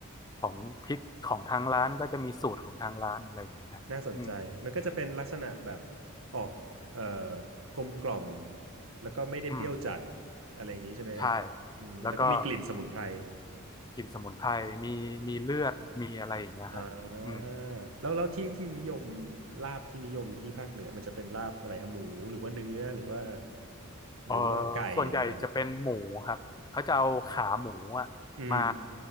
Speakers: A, on the left; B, on the right.
A: ของพริกของทางร้านก็จะมีสูตรของทางร้านอะไรอย่างเงี้ยฮะอืม
B: น่าสนใจมันก็จะเป็นลักษณะแบบออกเอ่อกลมกล่อมแล้วก็ไม่ได้เปรี้ยวจัด
A: อืม
B: อะไรอย่างนี้ใช่ไหมฮะอืมแล้วก็มีกลิ่นสมุนไพร
A: ใช่แล้วก็กลิ่นสมุนไพรมีมีเลือดมีอะไรอย่างเงี้ยครับอืม
B: อ่าแล้วแล้วที่ที่นิยมลาบที่นิยมที่ภาคเหนือมันจะเป็นลาบอะไรฮะหมูหรือว่าเนื้อหรือว่า
A: เออ
B: หรือว่าไก่หรืออะไร
A: ส่วนใหญ่จะเป็นหมูครับเขาจะเอาขาหมูอะมา
B: อืม